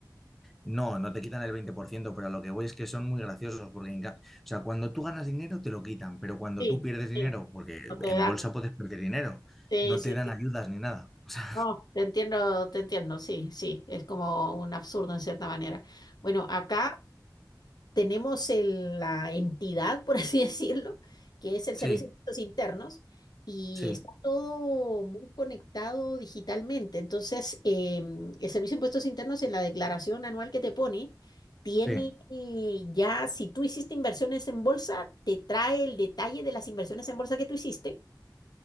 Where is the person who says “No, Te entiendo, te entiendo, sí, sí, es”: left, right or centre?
Left